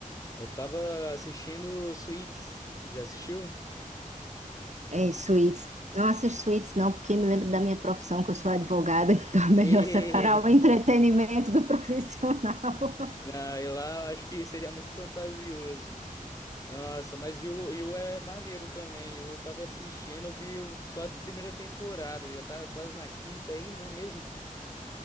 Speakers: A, on the left; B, on the right.
A: Eu tava assistindo Suits. Já assistiu?
B: É, suítes. Não assisto suítes, não, porque me lembro da minha profissão, que eu sou advogada, <laughs> então é melhor
A: Eita!
B: separar o entretenimento do profissional.
A: Não, e lá eu acho que seria muito fantasioso. Nossa, mas e o e o é maneiro também. Eu tava assistindo, eu vi o- só a primeira temporada. Já tá quase na quinta aí, não é mesmo?